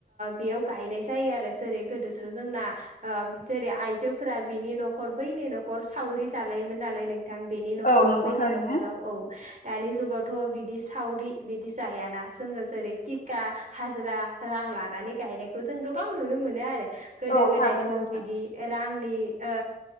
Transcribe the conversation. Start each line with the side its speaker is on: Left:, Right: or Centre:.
Right: बेयाव गायनाय जायो आरो जेरै गोदोथ' जोंना जेरै आयजोफोरा बिनि न'खर बैनि न'खर न'खर सावरि जालायोमोन नालाय नोंथां बेनि न'खराव
Left: औ नंगौ
Right: बैनि
Left: थारैनो
Right: न'खराव औ दानि जुगावथ' बिदि सावरि बिदि जायाना जोङो जेरै टिका हाजिरा रां लानानै गायनायखौ जों गोबां नुनो मोनो आरो गोदो
Left: औ
Right: गोदायथ'
Left: थारैनो नोंथां
Right: बिदि रांलि आ